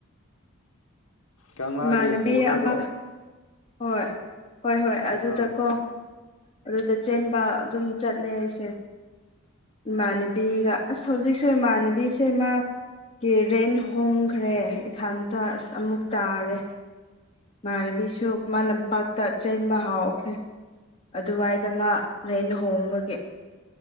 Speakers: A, on the left; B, on the left.
A: ꯀꯪꯂꯥꯒꯤ
B: ꯏꯃꯥꯟꯅꯕꯤ
A: ꯕꯣꯗꯔꯗꯣ
B: ꯑꯃ ꯍꯣꯏ ꯍꯣꯏ ꯍꯣꯏ ꯑꯗꯨꯗꯀꯣ
A: ꯑꯥ
B: ꯑꯗꯨꯗ ꯆꯦꯟꯕ ꯑꯗꯨꯝ ꯆꯠꯂꯦ ꯑꯩꯁꯦ ꯏꯃꯥꯟꯅꯕꯤꯒ ꯑꯁ ꯍꯧꯖꯤꯛꯁꯨ ꯏꯃꯥꯟꯅꯕꯤꯁꯦ ꯃꯥ ꯀ‌ꯤ ꯔꯦꯟ ꯍꯣꯡꯈ꯭ꯔꯦ ꯏꯊꯥꯟꯇ ꯑꯁ ꯑꯃꯨꯛ ꯇꯥꯔꯦ ꯏꯥꯟꯅꯕꯤꯁꯨ ꯈꯨꯃꯟ ꯂꯝꯄꯥꯛꯇ ꯆꯦꯟꯕ ꯍꯥꯎꯈ꯭ꯔꯦ ꯑꯗꯨꯋꯥꯏꯗ ꯃꯥ ꯔꯦꯟ ꯍꯣꯡꯕꯒꯤ